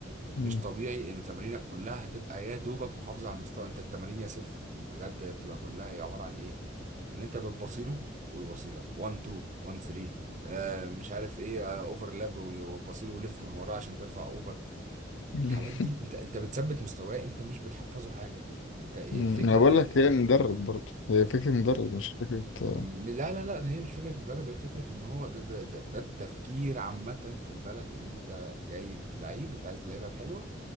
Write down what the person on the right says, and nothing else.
مش طبيعي ان تمارينك كلها تبقى يا دوبك محافظه على المستوى انت التمارين يا سيف بجد بتبقى كلها هي عباره عن ايه ان انت بتبصيله ويبصيلك 1 2 1 3 آه مش عارف ايه آه اوفرلاب وبصيله ولف من وراه عشان ترفع اوفر
الحاجات دي انت انت بتثبت مستواه انت مش بتحفظه حاجه انت ايه
الفكره
ايه
م- لا لا لا هي مش فكرة مدرب هي فكرة ان هو ده ده, ده, ده التفكير عامة في البلد ان انت جايب لعيب انت عايز اللعيبة الحلوة